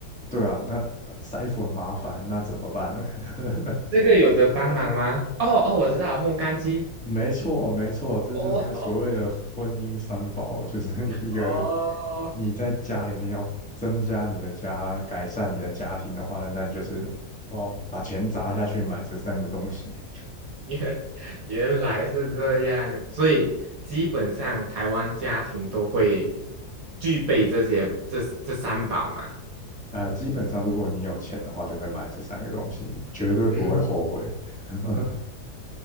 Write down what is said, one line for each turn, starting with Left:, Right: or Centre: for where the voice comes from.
Centre: 对啊，那呃晒衣服很麻烦，那怎么办？<laughs>
Right: 这个有得帮忙吗？哦哦，我知道，烘干机。
Centre: 没错，没错，这就是所谓的婚姻三宝，
Right: 哦
Centre: 就是 <laughs> 一个
Right: 哦，
Centre: 你在家里面要增加你的家，改善你的家庭的话呢，那你就是哦，把钱砸下去买这三个东西。
Right: <laughs> 原原来是这样，所以基本上台湾家庭都会具备这些这这三宝嘛。
Centre: 呃，基本上如果你有钱的话，就会买这三个东西，绝对不会后悔。
Right: 嗯，
Centre: <laughs>